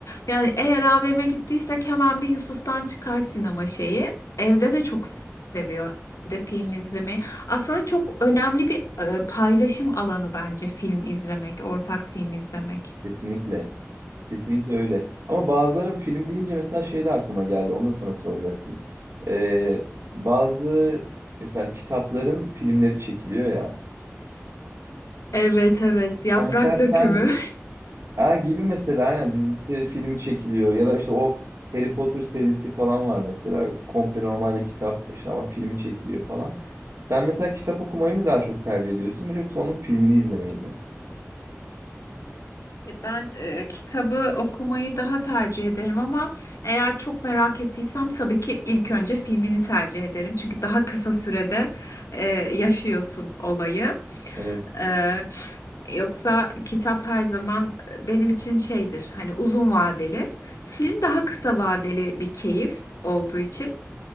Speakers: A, on the left (about 75°); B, on the right (about 65°).
A: Yani eğer AVM'e gittiysek hemen bir Yusuf'tan çıkar sinema şeyi. Evde de çok seviyor evde film izlemeyi. Aslında çok önemli bir e, paylaşım alanı bence film izlemek, ortak film izlemek.
B: Kesinlikle. Kesinlikle öyle. Ama bazıları film deyince mesela şey de aklıma geldi. Onu da sana soracaktım. Ee, bazı mesela kitapların filmleri çekiliyor ya.
A: Evet evet yaprak
B: Ha, mesela
A: dökümü.
B: sen Ha gibi mesela aynen dizisi filmi çekiliyor ya da işte o Harry Potter serisi falan var mesela komple normalde kitap işte ama filmi çekiliyor falan. Sen mesela kitap okumayı mı daha çok tercih ediyorsun böyle yoksa onun filmini izlemeyi mi?
A: Ya Ben e, kitabı okumayı daha tercih ederim ama eğer çok merak ettiysem tabii ki ilk önce filmini tercih ederim. Çünkü daha kısa sürede e, yaşıyorsun olayı.
B: Evet.
A: E, yoksa kitap her zaman benim için şeydir hani uzun vadeli. Film daha kısa vadeli bir keyif olduğu için